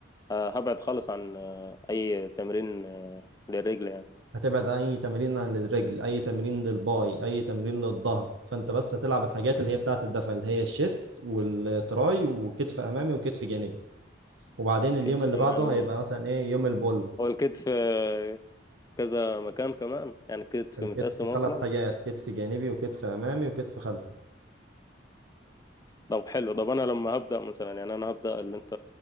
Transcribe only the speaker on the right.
هتبعد اي تمرين للرجل اي تمرين للباي اي تمرين للظهر فانت بس هتلعب الحاجات اللي هي بتاعه الدفع اللي هي الشيست والتراي وكتف امامي وكتف جانبي وبعدين اليوم
اللي
بعده هيبقى مثلا ايه يوم البول
الكتف
ثلاث حاجات كتف جانبي وكتف امامي وكتف خلفي